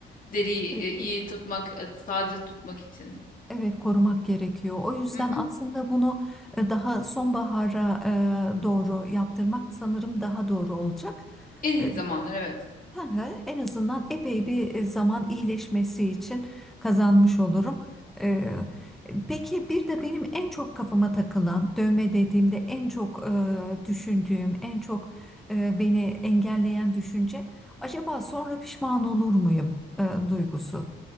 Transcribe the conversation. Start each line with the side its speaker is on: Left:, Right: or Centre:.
Left: Deriyi
Centre: evet.
Left: e, iyi tutmak, e, taze tutmak için.
Centre: Evet korumak gerekiyor. O yüzden
Left: Hı hı.
Centre: aslında bunu e, daha sonbahara e, doğru yaptırmak sanırım daha doğru olacak.
Left: En iyi
Centre: E,
Left: zamanlar evet.
Centre: hı hı, En azından epey bir e, zaman iyileşmesi için kazanmış olurum. E, Peki bir de benim en çok kafama takılan dövme dediğimde en çok e, düşündüğüm, en çok e, beni engelleyen düşünce acaba sonra pişman olur muyum e, duygusu.